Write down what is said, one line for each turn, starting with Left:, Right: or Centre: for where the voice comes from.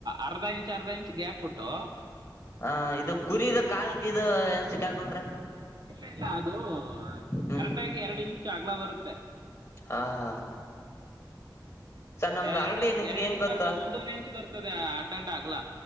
Right: ಅರ್ಧ ಇಂಚ್ ಅರ್ಧ ಇಂಚ್ ಗ್ಯಾಪ್ ಉಟ್ಟು
Left: ಹ ಇದು ಕುರದು ಕಾಲ್ಗಿದದು ಏನ್ ಸಿಕ್ಕಾಕೊಂಡ್ರಿ
Right: ಇಲ್ಲ ಇಲ್ಲ ಅದು
Left: ಹ್ಮ್
Right: ಕರೆಟಾಗಿ ಎರಡು ಇಂಚ್ ಅಗ್ಲ ಬರುತ್ತೆ
Left: ಹಾ ಹಾ ಸರ್ ನಮ್ದು
Right: ಎರಡು
Left: ಅಂಗಡಿ ನಿಮ್ಗೆ
Right: ಎರಡು
Left: ಹೆಂಗ್
Right: ಇಂಚ್
Left: ಗೊತ್ತು
Right: ಬರಲ್ಲ ಒಂದೂವರೆ ಇಂಚ್ ಬರ್ತದೆ ಅಡ್ಡ ಅಗಲ